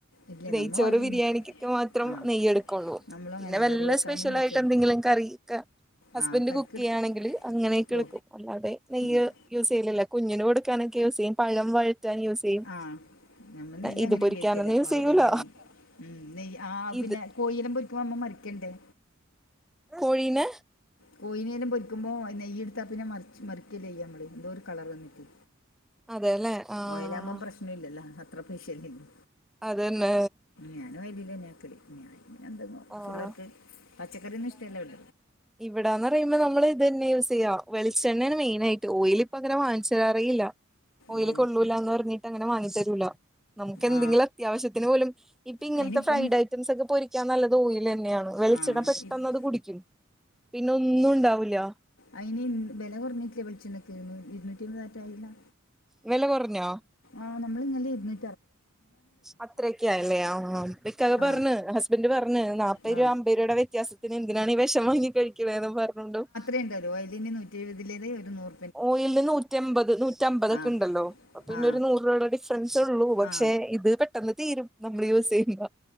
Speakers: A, on the left; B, in the centre.
A: ഇല്ലേ
B: നെയ്ച്ചോറ്
A: നമ്മ അതിലെന്നെ
B: ബിരിയാണിക്കൊക്കെ മാത്രം
A: ആ
B: നെയ്യെടൊക്കൊള്ളൂ
A: നമ്മളും അങ്ങനെ
B: പിന്നെ വല്ല
A: കറി വെക്കാനും
B: സ്പെഷ്യലായിട്ട്
A: നെയ്ച്ചോറും
B: എന്തെങ്കിലും കറി ക്ക ഹസ്ബൻ്
A: ആ കറിക്ക്
B: കുക്ക്
A: എടുക്കും
B: ചെയ്യാണെങ്കില് അങ്ങനെക്കെ
A: ഓ
B: എടുക്കും അല്ലാതെ നെയ്യ്
A: ഞാ-
B: യൂസെയ്യലില്ല കുഞ്ഞന് കൊടുക്കാനൊക്കെ യൂസ് ചെയ്യും പഴം വയറ്റാൻ യൂസ് ചെയ്യും
A: ആഹ് ഞമ്മ നെയ്യ്
B: ഇത്
A: അങ്ങനെ
B: പൊരിക്കാനൊന്നും
A: ഉപയോഗിക്കില്ല
B: യൂസ്
A: ഓയലെന്നെയൊ
B: ചെയ്യൂല
A: മ് നെയ്യ് ആഹ്
B: ഇത്
A: പിന്നെ കോഴീനെ പൊരിക്കുമ്പം അമ്മ മറിക്ക്യെണ്ടേ
B: കോഴീനെ
A: കോയീനെല്ലോം പൊരിക്കുമ്പോ നെയെട്താ പിന്നെ മറിച്ച് മറിക്കല്ലേ ചെയ്യാ അമ്മള് എന്തോര് കളർ വന്നിട്ട്
B: അതെല്ലേ ആഹ്
A: ഓയലാവുമ്പം പ്രശ്നൊല്ലല്ലാ അത്ര പൈശല്ലെ ള്ളൂ
B: അതെന്നെ
A: ഞാൻ ഓയിലിലെന്യ ആക്കല് ഞാൻങ്ങനെ എന്തെങ്ങും
B: ആഹ്
A: പുള്ളോർക്ക് പച്ചക്കറിയൊന്നും ഇഷ്ടല്ല ഓൽ
B: ഇവിടാന്നറയുമ്പോ നമ്മൾ ഇതന്നെ യൂസ് ചെയ്യ വെളിച്ചെണ്ണേണ് മെയിനായിട്ട് ഓയിൽ ഇപ്പങ്ങനെ വാങ്ങിച്ചെരാറേയില്ല ഓയില്
A: ഓ
B: കൊള്ളൂലാന്ന് പറഞ്ഞിട്ട് അങ്ങനെ വാങ്ങിച്ചെരൂല നമുക്ക് എന്തെങ്കിലും
A: ആ
B: അത്യാവശ്യത്തിന് പോലും ഇപ്പം ഇങ്ങൻത്തെ
A: അതിനിപ്പം
B: ഫ്രൈഡ് ഐറ്റംസ് ഒക്കെ പൊരിക്കാൻ നല്ലത് ഓയിലെന്നാണ് വെളിച്ചെണ്ണ
A: ആ
B: പെട്ടെന്ന്
A: ഇ-
B: അത് കുടിക്കും പിന്നെ ഒന്നുണ്ടാവൂല്ല
A: അയിന് വെല കുറഞ്ഞിറ്റ്ലെ വെളിച്ചെണ്ണക്ക് നൂ ഇര്ന്നൂറ്റയ്മ്പത് ആറ്റയ്ല്ലെ
B: വെല കൊറഞ്ഞോ
A: ആഹ് ഞമ്മൾ ഇന്നലെ ഇര്ന്നൂ
B: അത്രൊക്കെയായല്ലേ ആഹ് ഹാ ഇക്കാക്ക
A: ആ
B: പറഞ്ഞ് ഹസ്ബൻന്റ് പറഞ്ഞ് നാ പ്പരൂപ
A: ആ
B: അമ്പരൂപേടെ വ്യത്യാസത്തിന് എന്തിനാണീ വെഷം വാങ്ങി കഴിക്കണെന്നും പറഞ്ഞോണ്ടും
A: പൈസ ഉണ്ടല്ലോ. നൂറ്റി എഴുപതിലേ ഒരു നൂ-
B: ഓയിൽ നൂറ്റിയമ്പത് നൂറ്റിമ്പതൊക്കെ
A: ആ
B: ഉണ്ടല്ലോ. അപ്പോ പിന്നെ
A: ആ
B: ഒരു നൂറ് രൂപയുടെ ഡിഫറൻസ് ഉള്ളൂ പക്ഷെ
A: ആ
B: ഇത് പെട്ടെന്ന് തീരും നമ്മൾ യൂസ് ചെയ്യുമ്പോ.